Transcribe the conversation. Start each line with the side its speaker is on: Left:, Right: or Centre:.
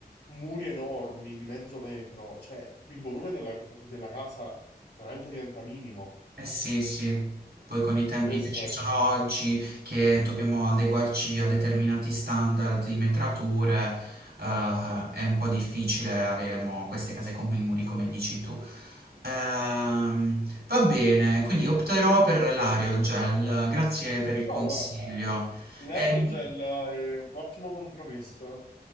Left: muri enormi di mezzo metro, cioè il volume della, della casa veramente diventa minimo.
Right: Eh sì, sì, poi con i tempi
Left: Questo
Right: che ci
Left: è...
Right: sono oggi, che dobbiamo adeguarci a determinati standard di metrature, eh, è un po' difficile avere mo queste case con i muri come dici tu. Ehm, va bene, quindi opterò per l'aerogel, grazie per il consiglio.
Left: No, guarda. L'aerogel
Right: Ehm,
Left: è un ottimo compromesso,